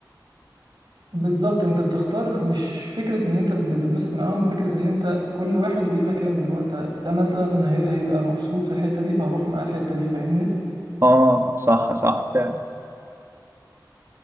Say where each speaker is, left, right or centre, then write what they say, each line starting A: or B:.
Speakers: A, on the right; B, on the right.
A: بالظبط انت بتختار مش فكره ان انت بتتبسط معاهم فكره ان انت كل واحد وليه مكانه اللي هو انت ده مثلا هي- هيبقى مبسوط في الحته دي فهروح معاه الحته دي فاهمني
B: اه صح صح فعلا